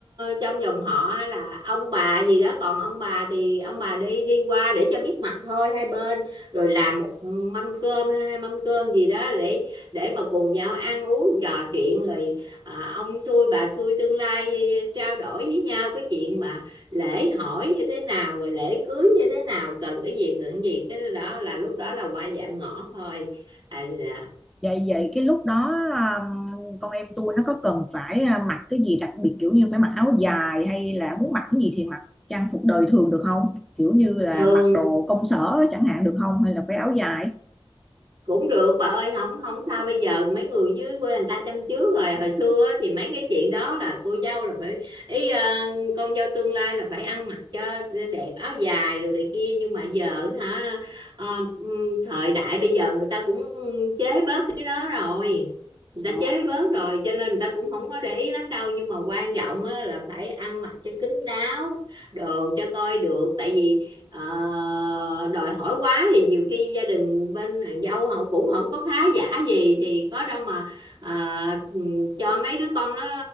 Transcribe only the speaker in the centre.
Vậy vậy cái lúc đó um, con em tôi nó có cần phải ờ, mặc cái gì đặc biệt kiểu như phải mặc áo dài hay là muốn mặc cái gì thì mặc trang phục đời thường được không? Kiểu như là
mặc đồ công sở chẳng hạn được không hay là phải áo dài?
Ờ.